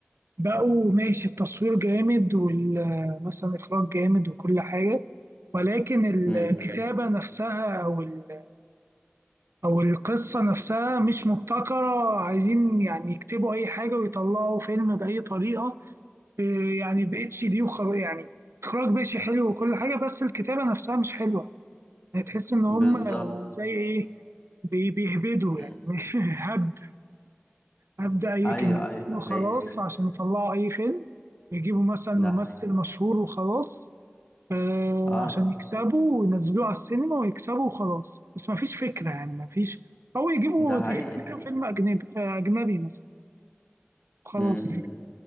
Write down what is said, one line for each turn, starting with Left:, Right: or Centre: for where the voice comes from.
Right: بقوا ماشي التصوير جامد ومثلا اخراج جامد وكل حاجه ولكن
Left: امم
Right: الكتابه نفسها او ال- او القصه نفسها مش مبتكره عايزين يعني يكتبوا اي حاجه ويطلعوا فيلم باي طريقه إيه يعني ب اتش دي وخر يعني اخراج ماشي حلو وكل حاجه بس الكتابه نفسها مش حلوه يعني تحس ان هم
Left: بالظبط
Right: زي ايه بي- بيهبدوا
Left: امم
Right: يعني <laughs> هبد هبدا اي
Left: ايوه
Right: كلمتين
Left: ايوه ده
Right: وخلاص
Left: حقيقي
Right: عشان يطلعوا اي فيلم يجيبوا مثلا ممثل
Left: ده حقيقي
Right: مشهور وخلاص آه
Left: اه
Right: عشان يكسبوا وينزلوه على السينما ويكسبوا وخلاص بس ما فيش فكره يعني ما فيش او يجيبوا
Left: ده حقيقي
Right: يعملوا فيلم اجنبي آه، اجنبي مثلا خلاص
Left: امم أمم.
Right: ما